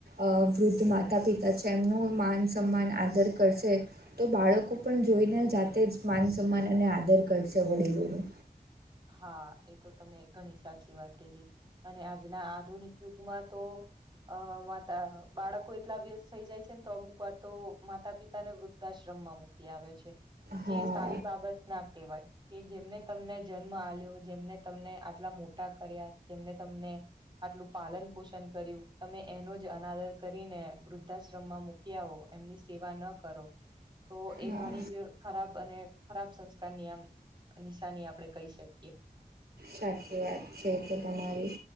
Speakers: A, on the right; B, on the right.
A: અ વૃદ્ધ માતા પિતા છે એમનું માન સમાન આદર કરશે તો બાળકો પણ જોઈને જાતે જ માન સન્માન અને આદર કરશે વડીલોનું
B: હા એ તો તમે ઘણી સાચી વાત કી ધી અને આજના આધુનિક યુગમાં તો અ માતા બાળકો એટલા વ્યસ્ત થઇ જાય છે ને તો અમુક વાર તો માતા પિતા ને વૃદ્ધાશ્રમમાં મૂકી આવે છે
A: હા
B: જે સારી બાબત ના કવાય કે જેમને તમને જન્મ અલિયો જેમને તમને આટલા મોટા કર્યા જેમને તમને આટલું પાલન પોષણ કર્યું તમે એનો જ અનાદર કરીને વૃદ્ધાશ્રમમાં મૂકી આવો એમની સેવા ન કરો તો એ
A: હા
B: ઘણી જ ખરાબ અને ખરાબ સંસ્કારની આમ નિશાની આપ આપડણે કહી શકીએ
A: સાચી વાત છે તો તમારી